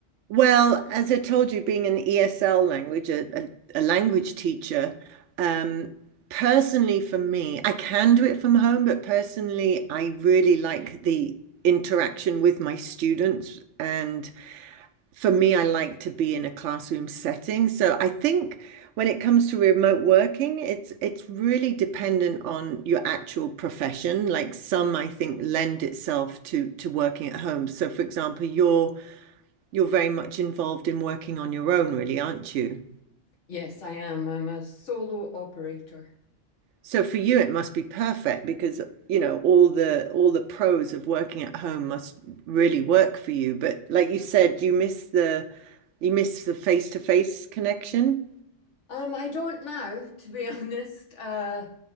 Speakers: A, on the right; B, on the left.
A: Well, as I told you, being an ESL language, a, a, a language teacher, um, personally for me, I can do it from home, but personally, I really like the interaction with my students and for me, I like to be in a classroom setting. So I think when it comes to remote working, it's it's really dependent on your actual profession. Like some, I think, lend itself to to working at home. So for example, you're you're very much involved in working on your own, really, aren't you?
B: Yes, I am. I'm a solo operator.
A: So for you, it must be perfect because you know all the all the pros of working at home must really work for you. But like you said, you miss the you miss the face-to-face connection.
B: Um, I don't now, to be <laughs> honest. Uh,